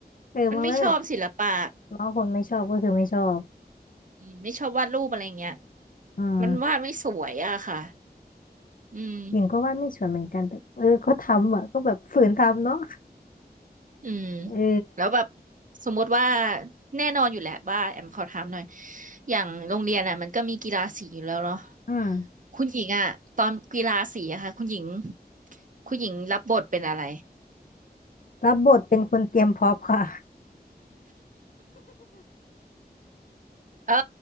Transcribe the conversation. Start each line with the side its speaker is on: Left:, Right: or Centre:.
Left: เออบางเรื่องแบบ
Right: มันไม่ชอบศิลปะ
Left: น้องคนไม่ชอบก็คือไม่ชอบ
Right: อืมไม่ชอบวาดรูปอะไรเงี้ย
Left: อืม
Right: มันวาดไม่สวยอะค่ะอืม
Left: หญิงก็วาดไม่สวยเหมือนกันแต่เออก็ทำอ่ะก็แบบฝืนทำเนาะ
Right: อืม
Left: เออ
Right: แล้วแบบสมมติว่าแน่นอนอยู่แหละว่าแอมขอถามหน่อยอย่างโรงเรียนอ่ะมันก็มีกีฬาสีอยู่แล้วเนาะ
Left: อืม
Right: คุณหญิงอ่ะตอนกีฬาสีอะค่ะคุณหญิงคุณหญิงรับบทเป็นอะไร
Left: รับบทเป็นคนเตรียมพร้อมค่ะ
Right: เออ